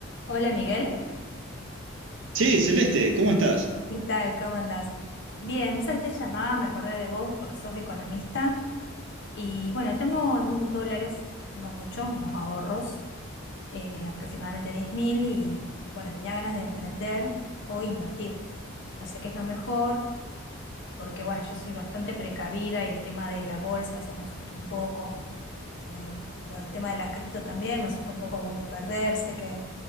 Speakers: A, on the left; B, on the right.
A: Hola Miguel,
B: Sí, Celeste, ¿cómo estás?
A: ¿qué tal? ¿Cómo andás? Bien, vos sabés que te llamaba, me acordé de vos porque sos economista y bueno, tengo algunos dólares, no muchos, unos ahorros, eh, aproximadamente diez mil y bueno, tenía ganas de emprender o invertir. No sé qué es lo mejor porque bueno, yo soy bastante precavida y el tema de la bolsa, eso me asustó un poco. Eh, lo- el tema de las cripto también me asustó un poco como perderse, que